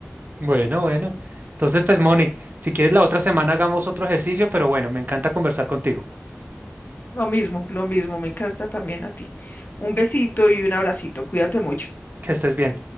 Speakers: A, on the right (about 45°); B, on the left (about 45°).
A: Bueno, bueno. Entonces, pues, Moni, si quieres la otra semana hagamos otro ejercicio, pero bueno, me encanta conversar contigo.
B: Lo mismo, lo mismo, me encanta también a ti. Un besito y un abracito, cuídate mucho.
A: Que estés bien.